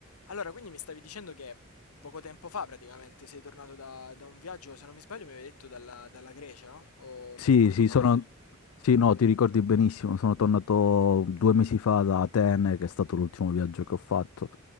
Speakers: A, on the left; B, on the left.
A: Allora, quindi mi stavi dicendo che poco tempo fa praticamente sei tornato da, da un viaggio, se non mi sbaglio mi avevi detto dalla, dalla Grecia, no? o
B: Sì,
A: mi ricordo
B: sì,
A: male?
B: sono... Sì, no, ti ricordi benissimo, sono tornato due mesi fa da Atene, che è stato l'ultimo viaggio che ho fatto.